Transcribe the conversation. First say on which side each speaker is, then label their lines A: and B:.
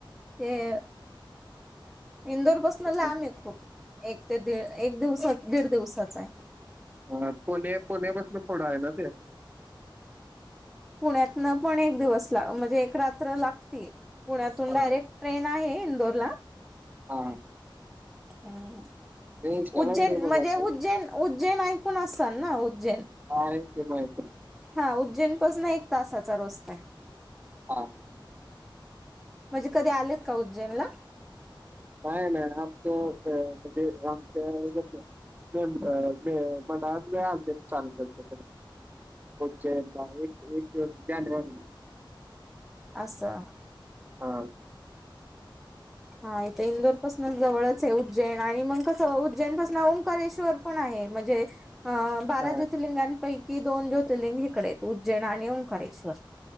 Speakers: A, in the centre; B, on the right.
A: ते, इंदोर पसणं
B: हा
A: लांब हे खूप एक ते एक दिवसात, दीड दिवसाच आहे.
B: ह पुणे, पुणे पासणं पुढे आहे ना ते.
A: पुण्यातन पण एक दिवस ला म्हणजे, एक रात्र लागती पुण्यातून
B: हा
A: डायरेक्ट ट्रेन आहे इंदोर ला.
B: हा.
A: ह
B: मी इंस्टाला
A: उज्जैन
B: व्हिडिओ
A: म्हणजे
B: बघालतो
A: उज्जैन. उज्जैन ऐकून असान ना उज्जैन?
B: हा आहे की माहित आहे.
A: हा उज्जैनपासून एक तासाचा रस्ता आहे.
B: हा.
A: म्हणजे कधी आलेत का उज्जैनला?
B: नाय नाय आमचं म्हणजे आमच्या हेज्यातलं मे मंडळात आलतीत <unintelligible> चाललत उज्जैनला एक दिवस, एक जानेवारी
A: असं.
B: हा.
A: हा इथे इंदोर पाासनच जवळच आहे उज्जैन आणि मग कसं उज्जैन पाासून ओंकारेश्वर पण आहे म्हणजे अ बारा
B: हा
A: ज्योतर्लिंगांपैकी दोन ज्योतर्लिंग इकडे आहेत, उज्जैन आणि ओंकारेश्वर.